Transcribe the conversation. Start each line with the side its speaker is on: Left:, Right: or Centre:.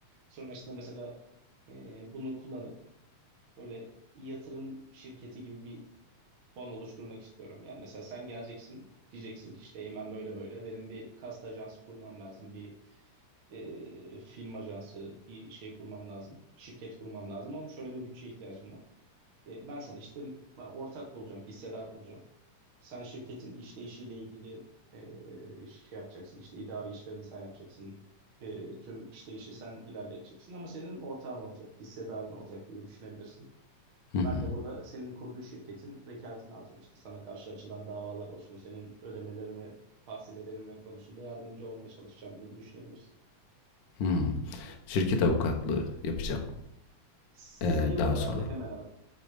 Right: Sonrasında mesela e, bunu kullanıp böyle yatırım şirketi gibi bir fon oluşturmak istiyorum. Yani mesela sen geleceksin diyeceksin ki işte Eymen böyle böyle benim bir kast ajansı kurmam lazım. Bir e, film ajansı bir şey kurmam lazım. Şirket kurmam lazım ama şöyle bir bütçeye ihtiyacım var. E, ben sana işte ortak bulacağım, hissedar bulacağım. Sen şirketin işleyişiyle ilgili e, şey yapacaksın işte idari işlerini sen yapacaksın. E, tüm işleyişi sen ilerleteceksin ama senin ortağın olacak, hissedarın olacak gibi düşünebilirsin.
Left: Hı hı.
Right: Ben de burada senin kurduğun şirketin vekaletini alacağım. İşte sana karşı açılan davalar olsun, senin ödemelerini tahsil edebilmek konusunda yardımcı olmaya çalışacağım gibi düşünebilirsin.
Left: Hımm. Şirket avukatlığı yapacağım,
Right: Sayılır
Left: eee, daha
Right: abi
Left: sonra.
Right: hemen hemen.